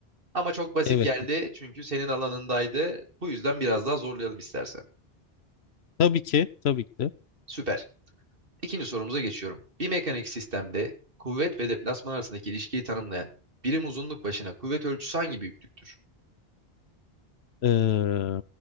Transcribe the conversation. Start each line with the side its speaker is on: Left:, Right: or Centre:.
Right: ama çok basit
Left: Evet.
Right: geldi
Left: değil.
Right: çünkü senin alanındaydı. Bu yüzden biraz daha zorlayalım istersen.
Left: Tabii ki. Tabii ki de.
Right: Süper. İkinci sorumuza geçiyorum. Bir mekanik sistemde kuvvet ve deplasman arasındaki ilişkiyi tanımlayan birim uzunluk başına kuvvet ölçüsü hangi büyüklüktür?
Left: Ee,